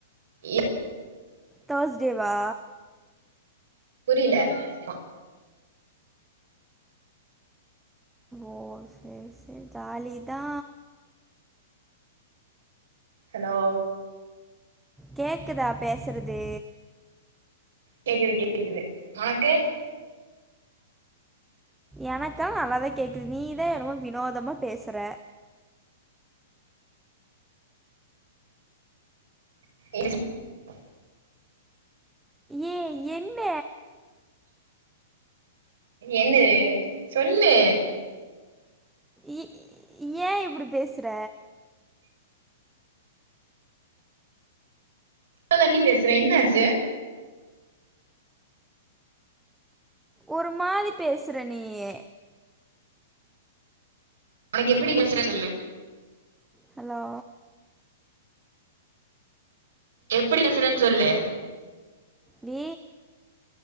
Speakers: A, on the right; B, in the centre.
A: ஏ
B: தேஸ்டே வா
A: புரில மா
B: ஓ சேரி சேரி ஜாலிதா
A: ஹாலோ
B: கேக்குதா பேசறது
A: கேக்குது கேக்குது ஒனக்கு
B: எனக்கல்லா நல்லா கேக்குது நீதா என்னமோ வினோதமா பேசுற
A: <inaudible>
B: ஏ என்ன
A: என்னது சொல்லு
B: இ ஏ இப்டி பேசுற
A: நல்லாதா டி பேசுறேன் என்ன ஆச்சு
B: ஒரு மாரி பேசுற நீயி
A: ஒனக்கு எப்டி பேசுற சொல்லு
B: ஹலோ
A: எப்புடி பேசுறேன் சொல்லு
B: நீ